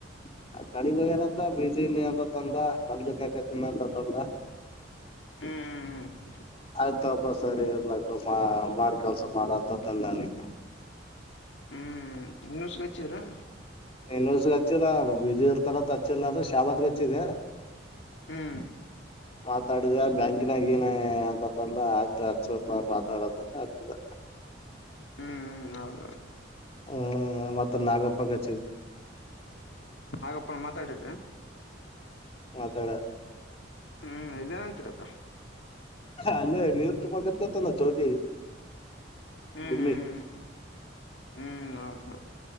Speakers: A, on the left; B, on the left.
A: <unintelligible> <unintelligible>
B: ಹಾ
A: ಆಯ್ತಪ ಸರಿ ಇಲ್ಲಯ್ತ ಮಾಡಿ ಕೆಲ್ಸ ಮಾಡತ ತಂದ ನನಗೆ
B: ಹ್ಮ್ ಇನ್ನೂ <unintelligible>
A: ಇನ್ಸ ಸಹ ಹಚ್ಚಿಲ್ಲ ಅವು ಬಿಝೀ ಇರ್ತಾರಂತ ಹಚ್ಚಿಲ್ಲ ನಾ ಶಾಬತ್ಗ ಹಚ್ಚಿದೆ
B: ಹ್ಮ್
A: ಮಾತಾಡಿದ ಬ್ಯಾಂಕಿನ ಗಿನ ಅಂತ ಅಂತನ್ ತಂದ ಆಯ್ತು ಹತ್ ಸ್ವಲ್ಪ ಮಾತಾಡತ್ತಂತ ಹಚ್ಚಿದ <inaudible>
B: ಹ್ಮ ಹ್ಮ ಹೌದೌದು
A: ಹ ಮತ್ತ ನಾಗಪ್ಪಗೆ
B: ನಾಗಪ್ಪ ಮಾತಾಡಿದ್ರಿ
A: ಮಾತಾಡಿದರೆ
B: ಹ್ಮ್ ಏಲ್ಯಾನಂತ ರೀ ಹತ
A: ಅಲ್ಲೇ ನೀರ್ ತುಂಬ ಕತ್ತಾಂದ ಜೋಗಿ
B: ಹ್ಮ್
A: ಗುಮ್ಮಿ
B: ಹ್ಮ್ ಹ್ಮ್ ಹ್ಮ್ ಹೌದೌದು